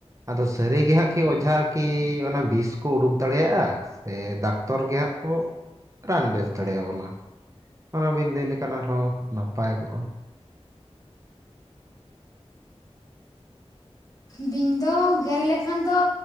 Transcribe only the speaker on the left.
ᱵᱤᱧ ᱫᱚ ᱜᱮᱨ ᱞᱮᱠᱷᱟᱱ ᱫᱚ